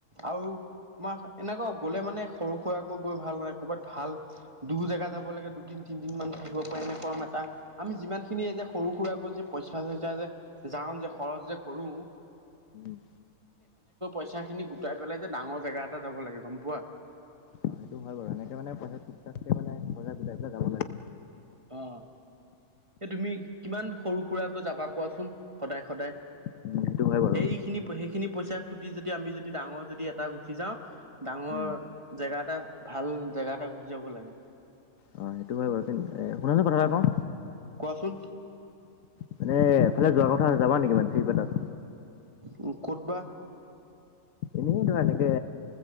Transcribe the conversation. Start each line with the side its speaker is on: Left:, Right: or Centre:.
Right: আৰু তোমাৰ এনেকুৱা গলে মানে সৰু সুৰাকে গৈ ভাল নাই ক'বাত ভাল, দূৰ জেগা যাব লাগে দুদিন তিনিদিন মান থাকিব পাৰিম নে <unintelligible> আমি যিমানখিনি এই যে সৰু সুৰাকৈ যে পইচা চইচা যে যাওঁ যে খৰচ যে কৰো
Left: উম,
Right: পইচাখিনি গোটাই পেলাই যে ডাঙৰ জেগা এটা যাব লাগে গম পোৱা?
Left: অ', সেইটো হয় বাৰু এনেকে মানে পইচা টুক টাককে মানে সজাই গোটাই পেলাই যাব লাগে।
Right: অ', এ তুমি কিমান সৰু সুৰাকৈ যাবা কোৱাচোন? সদায় সদায়,
Left: উম, সেইটো হয় বাৰু
Right: সেইখিনি সেইখিনি পইচা <unintelligible> যদি আমি যদি ডাঙৰ যদি এটা গুচি যাওঁ ডাঙৰ,
Left: উম
Right: জেগা এটা ভাল, জেগা এটা গুচি যাব লাগে।
Left: অ', সেইটো হয় বাৰু কিন্ত, এ শুনা না কথা এটা কওঁ।
Right: কোৱাচোন
Left: মানে এফালে যোৱা কথা আছে যাবা নেকি মানে টিপ এটাত?
Right: উম, ক'তবা?
Left: এনেই ধৰা এনেকে,